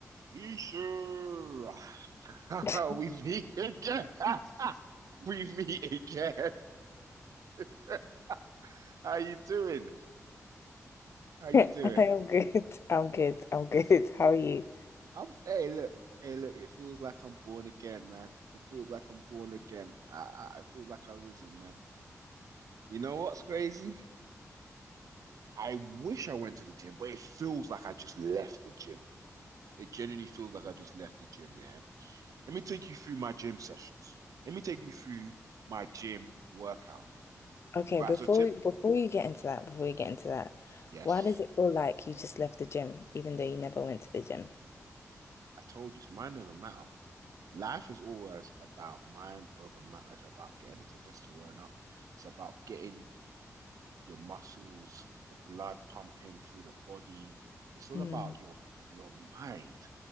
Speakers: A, on the right; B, on the left.
A: He sure. <laughs>
B: <laughs>
A: we meet again. <laughs> we meet again. <laughs> How you doing? How you
B: I
A: doing?
B: am good. I'm good. I'm good.
A: That's
B: How are you?
A: good. I'm hey look. Hey look, it feels like I'm born again, man. It feels like I'm born again. I I, I feel like I've risen, man. You know what's crazy? I wish I went to the gym, but it feels like I just left the gym. It genuinely feels like I just left the gym, yeah. Let me take you through my gym sessions. Let me take you through my gym workout.
B: Okay,
A: Right,
B: before
A: so tip,
B: we- before you get into that, before you get into that,
A: yes,
B: why does it feel like you just left the gym, even though you never went to the gym?
A: I told you it's mind over matter. Life is always about mind over matter. It's about getting the testosterone up. It's about getting your muscles, the blood pumping through the body. It's all
B: Mm,
A: about your your mind.